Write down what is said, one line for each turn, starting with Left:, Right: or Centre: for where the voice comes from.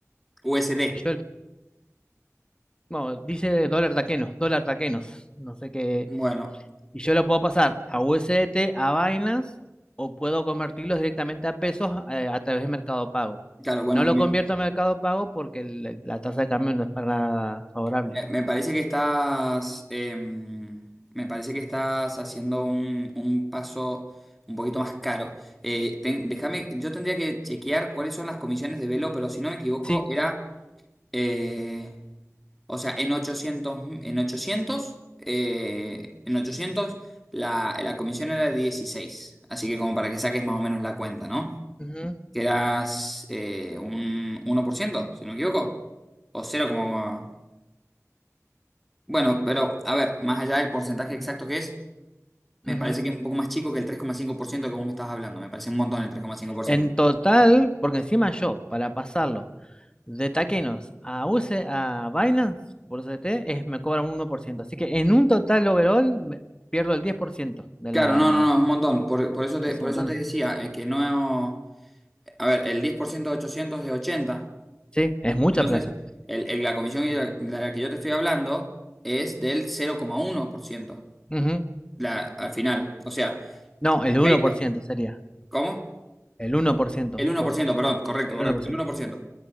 Centre: USD.
Left: Que yo, Bueno, dice dólar taquenos, dólar taquenos. No sé qué.
Centre: Bueno,
Left: Y yo lo puedo pasar a USDT, a Binance, o puedo convertirlos directamente a pesos eh, a través de Mercado Pago.
Centre: claro, bueno,
Left: No lo
Centre: me,
Left: convierto a Mercado Pago porque el- la tasa de cambio no es para nada favorable.
Centre: me- me parece que estás, em, me parece que estás haciendo un, un paso un poquito más caro. Eh, ten- déjame, yo tendría que chequear cuáles son las comisiones de velo, pero si no me equivoco,
Left: Sí.
Centre: era, eh, o sea, en 800, en 800, eh, en 800 la, la comisión era de 16. así que como para que saques más o menos la cuenta, ¿no?
Left: ujú,
Centre: que eras eh, un uno por ciento si no me equivoco, o cero como... Bueno, pero a ver, más allá del porcentaje exacto que es, me
Left: ujú.
Centre: parece que es un poco más chico que el tres coma cinco por ciento que vos me estás hablando, me parece un montón el tres coma cinco por ciento
Left: En total, porque encima yo, para pasarlo de taquenos a USD, a Binance, por USDT, es, me cobran un uno por ciento. Así que en un total overall me- pierdo el 10% de
Centre: Claro,
Left: la...
Centre: no, no, no, es un montón, por, por eso te,
Left: de su
Centre: por
Left: montante.
Centre: eso te decía, eh, que no... A ver, el 10% de 800 es ochenta
Left: Sí, es mucha
Centre: entonces
Left: plata.
Centre: el- el- la comisión de la de la que yo te estoy hablando es del 0,1%,
Left: Ujú.
Centre: la, al final, o sea,
Left: No,
Centre: de
Left: el uno
Centre: PayPal,
Left: por ciento sería.
Centre: ¿cómo?
Left: El 1%.
Centre: El uno
Left: poco,
Centre: por ciento, perdón, correcto,
Left: El
Centre: correcto,
Left: 1%.
Centre: el uno por ciento.